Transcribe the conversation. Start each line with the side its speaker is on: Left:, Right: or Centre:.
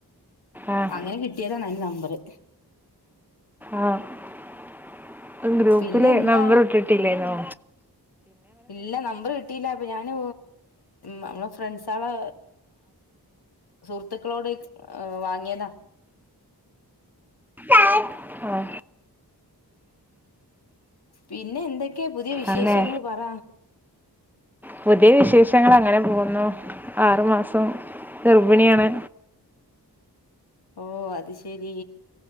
Centre: ആഹ്
Left: അങ്ങനെ കിട്ടിയതാണ് അയിന് നമ്പറ്
Centre: ആഹ് ഗ്രൂപ്പില്
Left: പിന്നെ എന്താ
Centre: നമ്പർ ഇട്ടിട്ടില്ലേന്നോ
Left: ഇല്ല നമ്പർ കിട്ടിയില്ല അപ്പൊ ഞാന് നമ്മളെ ഫ്രണ്ട്സളെ സുഹൃത്തുക്കളോട് വാങ്ങിയതാ
Centre: ആഹ്
Left: പിന്നെ എന്തൊക്കെയാ പുതിയ വിശേഷങ്ങൾ
Centre: അങ്ങനെ
Left: പറ
Centre: പുതിയ വിശേഷങ്ങൾ അങ്ങനെ പോകുന്നു ആറു മാസം ഗർഭിണിയാണ്
Left: ഓ അത് ശരി